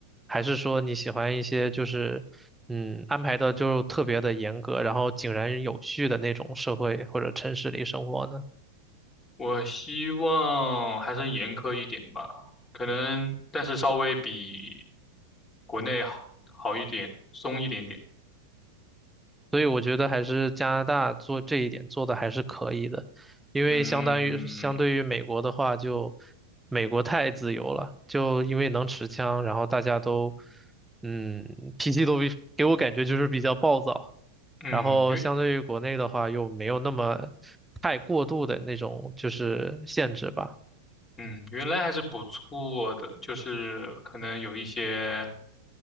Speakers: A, in the centre; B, on the left.
A: 还是说你喜欢一些就是嗯安排的就特别的严格，然后井然有序的那种社会或者城市里生活呢？
B: 我希望还是严苛一点吧，可能，但是稍微比国内好好一点，松一点点。
A: 所以我觉得还是加拿大做这一点做的还是可以的，因为相当于相对于美国的话就，
B: 嗯
A: 美国太自由了，就因为能持枪，然后大家都，嗯，脾气都比给我感觉就是比较暴躁，
B: 嗯，
A: 然后相对于国内的话又没有那么
B: 原
A: 太过度的那种就是限制吧。
B: 嗯原来还是不错的，就是可能有一些。